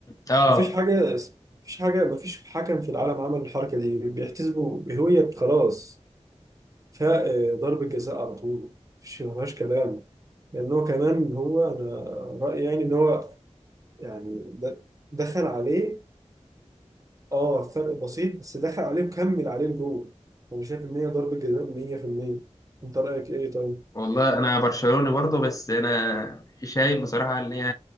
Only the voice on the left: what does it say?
اه
والله انا برشلوني برضه بس انا شايف بصراحه ان هي